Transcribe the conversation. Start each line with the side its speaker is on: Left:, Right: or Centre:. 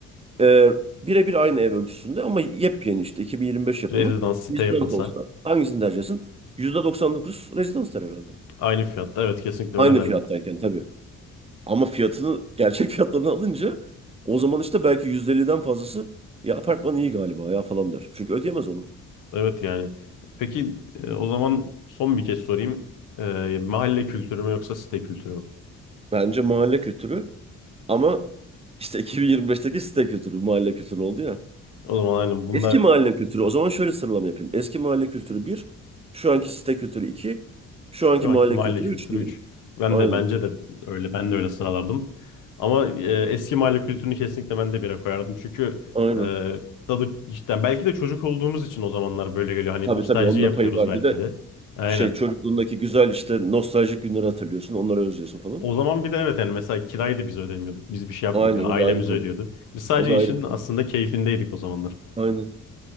Right: Ee, birebir aynı ev ölçüsünde ama yepyeni işte 2025 yapımı.
Left: Rezidans site
Right: rezidans
Left: yapılsa
Right: olsa hangisini tercih edersin? %99 rezidans der herhalde.
Left: aynı fiyatta evet kesinlikle
Right: Aynı
Left: öyle derler.
Right: fiyattayken tabii. Ama fiyatını gerçek <laughs> fiyatlarını alınca o zaman işte belki %50'den fazlası ya apartman iyi galiba ya falan der. Çünkü ödeyemez onu.
Left: Evet yani. Peki e, o zaman son bir kez sorayım. E, mahalle kültürü mü yoksa site kültürü mü?
Right: Bence mahalle kültürü ama işte 2025'teki site kültürü mahalle kültürü oldu ya.
Left: O zaman aynen bunda
Right: Eski mahalle kültürü. O zaman şöyle sıralama yapayım. Eski mahalle kültürü bir, şu anki site kültürü 2, şu anki
Left: Şu
Right: mahalle
Left: anki mahalle
Right: kültürü
Left: kültürü
Right: 3 diyelim.
Left: 3. Ben
Right: Aynen,
Left: de bence de öyle ben de öyle sıralardım. Ama e, eski mahalle kültürünü kesinlikle ben de bire koyardım. Çünkü
Right: aynen.
Left: e, tadı cidden belki de çocuk olduğumuz için o zamanlar böyle geliyor. Hani
Right: Tabii
Left: nostalji
Right: tabii onun
Left: yapıyoruz
Right: da payı var.
Left: belki
Right: Bir de
Left: de. Aynen.
Right: şey çocukluğundaki güzel işte nostaljik günleri hatırlıyorsun, onları özlüyorsun falan.
Left: O zaman bir de evet yani mesela kirayı da biz ödemiyorduk. Biz bir şey yapmıyorduk.
Right: Aynen
Left: Yani
Right: o
Left: Ailemiz
Right: da ayrı konu.
Left: ödüyordu. Biz sadece
Right: O da
Left: işin
Right: ayrı konu.
Left: aslında keyfindeydik o zamanlar.
Right: Aynen.